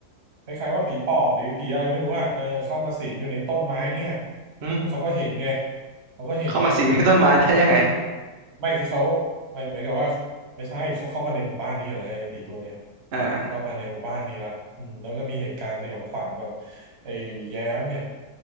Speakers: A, on the right; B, on the right.
A: คล้ายๆว่าผีปอบหรือผีอะไรไม่รู้อ่ะเออเข้ามาสิงอยู่ในต้นไม้เนี่ย
B: อือฮึ
A: แล้วเขาก็เห็นไงเขาก็เห็นไงอืม
B: เข้ามาสิงในต้นไม้ได้ยังไง
A: ไม่คือเขาไม่เหมือนกับว่าไม่ใช่เขาเข้ามาในหมู่บ้านนี้อยู่แล้วไงไอ้ผีตัวเนี้ย
B: <laughs> เออ
A: เข้ามาในหมู่บ้านนี้ละอืมแล้วก็มีเหตุการณ์สยองขวัญแบบไอ้แย้มเนี่ย